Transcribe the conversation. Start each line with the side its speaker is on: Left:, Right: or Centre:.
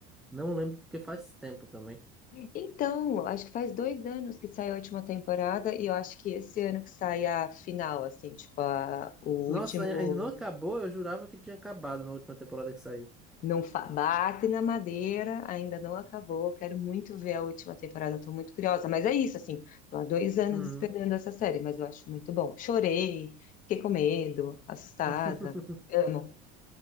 Centre: não lembro porque faz tempo também.
Left: Então, eu acho que faz dois anos que saiu a última temporada e eu acho que esse ano que sai a final, assim, tipo, a, o
Centre: Nossa,
Left: último.
Centre: ainda não acabou? Eu jurava que tinha acabado na última temporada que saiu.
Left: Não fa- bate na madeira, ainda não acabou. Quero muito ver a última temporada, estou muito curiosa. Mas é isso, assim, tô há dois anos
Centre: Uhum.
Left: esperando essa série, mas eu acho muito bom. Chorei, fiquei com medo, assustada.
Centre: <laughs>
Left: Amo.